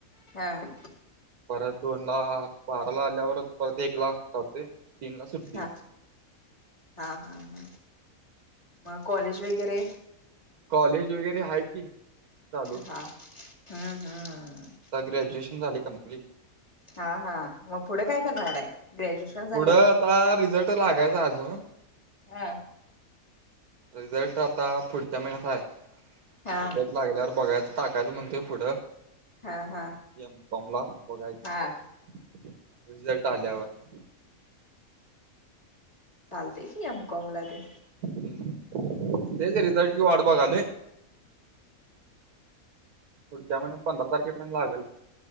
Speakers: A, on the left; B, on the right.
A: हां
B: परत दोन ला बाराला आल्यावर परत एक ला जातोय ला सुट्टी
A: हा, हां हा हा मग कॉलेज वगैरे?
B: कॉलेज वगैरे आहे की चालू
A: हा हम्म हम्म
B: ग्रॅ्युएशन झालेय कंप्लीट
A: हा हा मग पुढे काय करणार आहे? ग्रॅज्युएशन झाल्यावर
B: पुढं आता रिझल्ट लागायचा अजून
A: हा
B: रिझल्ट आता पुढच्या महिन्यात आहे
A: हा.
B: रिझल्ट लागल्यावर बघायच टाकायचं म्हणतेय पुढं
A: हा हा
B: यामकॉमला बघायचं
A: हा
B: रिझल्ट आल्यावर
A: चालतय की एम कॉम ला घे
B: हम् तेच रिझल्टचीि वाट बघायलोय पुढच्या महिन्यात पंधरा तारखेपर्यंत लागल.